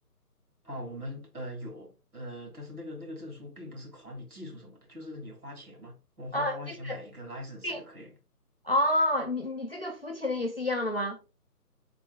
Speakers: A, on the right (about 65°); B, on the left (about 40°).
A: 啊，我们呃有呃，但是那个那个证书并不是考你技术什么的，就是你花钱嘛，我花花钱买一个
B: 啊，就是
A: license
B: 对，
A: 就可以了。
B: 哦，你你这个浮潜的也是一样的吗？